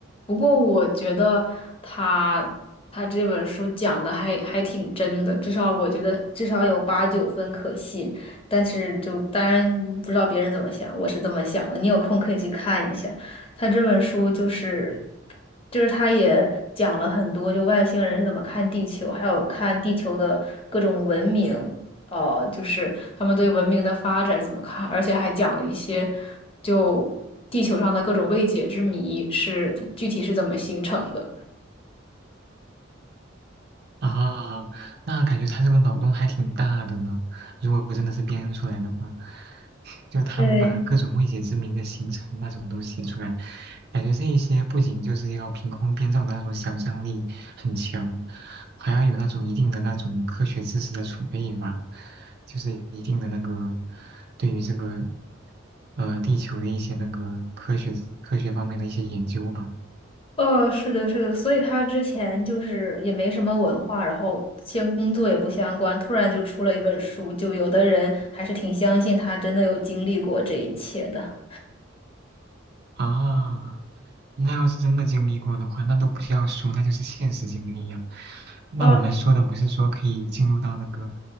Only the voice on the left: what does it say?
不过我觉得他他这本书讲的还还挺真的，至少我觉得至少有八九分可信。但是就当然不知道别人怎么想，我是这么想的。你有空可以去看一下，他这本书就是就是他也讲了很多，就外星人是怎么看地球，还有看地球的各种文明。呃，就是他们对文明的发展怎么看，而且还讲了一些就地球上的各种未解之谜是具体是怎么形成的。
对，
哦，是的，是的，所以他之前就是也没什么文化，然后相，工作也不相关，突然就出了一本书，就有的人还是挺相信他真的有经历过这一切的。
啊，